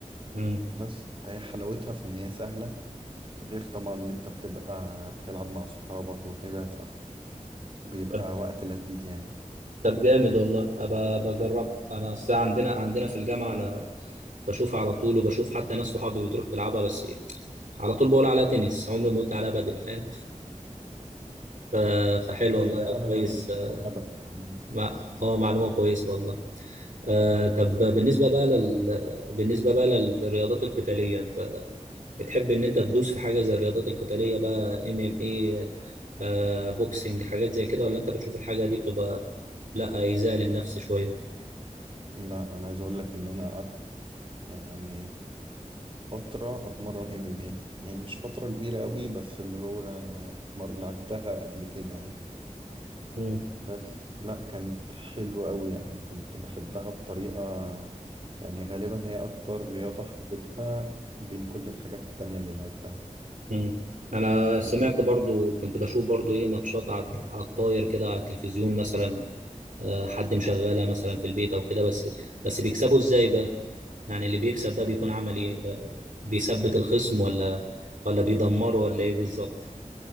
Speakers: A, on the right; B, on the right.
A: مم.
B: بس هي حلاوتها في إن هي سهلة غير طبعا إن أنت بتبقى بتلعب مع صحابك وكده فبيبقى
A: طب
B: وقت لذيذ يعني
A: طب جامد والله أبقى بجربها أنا أصل عندنا عندنا في الجامعة أنا بشوفها على طول وبشوف حتى ناس صحابي بتروح تلعبها بس على طول بقول عليها تنس عمري ما قلت عليها بدل فاهم؟ ف- فحلو
B: هي
A: والله
B: فعلا
A: كويس
B: يعني في
A: آه،
B: لعبة عن كده.
A: مع- أه معلومة كويسة والله آه طب بالنسبة بقى لل... بالنسبة بقى للرياضات القتالية انت بتحب ان انت تدوس في حاجة زي الرياضات القتالية بقى ام ام اي آه بوكسنج حاجات زي كده ولا انت بتشوف الحاجة دي بتبقى لا ايذاء للنفس شوية
B: لا أنا عايز أقول لك إن أنا قعدت يعني فترة أتمرن ام ام ايه يعني مش فترة كبيرة قوي بس اللي هو اتمر... لعبتها قبل كده يعني
A: مم.
B: بس لا كانت حلوة قوي يعني كنت بحبها بطريقة يعني غالبا هي أكتر رياضة حبيتها بين كل الحاجات التانية اللي لعبتها
A: مم. انا سمعت
B: ب-
A: برضو كنت بشوف برضو ايه ماتشات على على الطاير كده على التلفزيون مثلا آه حد مشغلها مثلا في البيت او كده بس بس بيكسبوا ازاي بقى يعني اللي بيكسب ده بيكون عمل ايه آه بيثبت الخصم ولا ولا بيدمره ولا ايه بالظبط